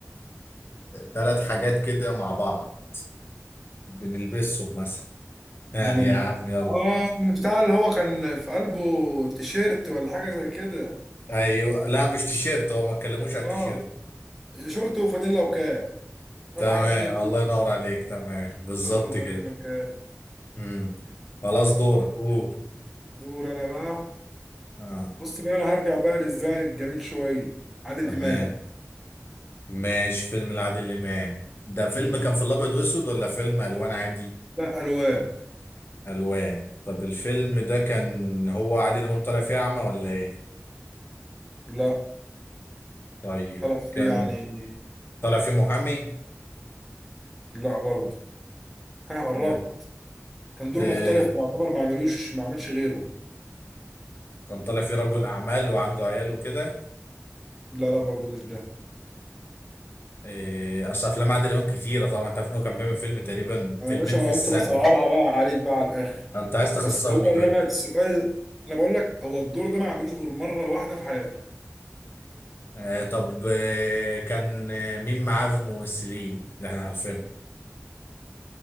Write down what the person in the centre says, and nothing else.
من ال...
اه من بتاع اللي هو كان في قلبه تيشيرت ولا حاجه زي كده
اه شورت وفانيلا وكاب طلع
حاجات من البيت
شورت وفانيلا
وكاب
دور انا بقى
بص بقى انا هرجع بقى للزمن الجميل شويه عادل
امام
امم
لا الوان
لا
طلع
فيه يعني
لا برضه ها قربت
كان دور
مختلف يعتبر ما عملوش ما عملش غيره
لا لا برضه مش ده
انا
يا باشا ما
انا
قلت بس اصعبها بقى عليك بقى على الاخر
بس هو
اللي انا السؤال انا بقول لك هو الدور ده ما عملوش غير مره واحده في حياته